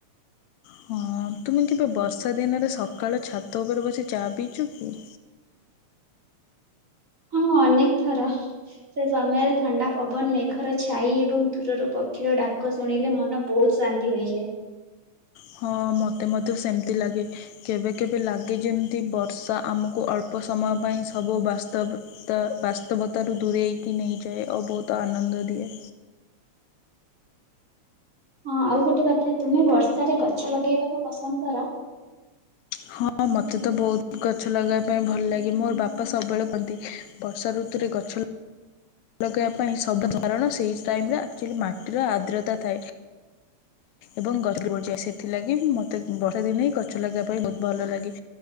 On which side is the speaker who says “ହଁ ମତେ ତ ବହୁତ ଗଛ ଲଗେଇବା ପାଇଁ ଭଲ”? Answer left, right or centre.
Left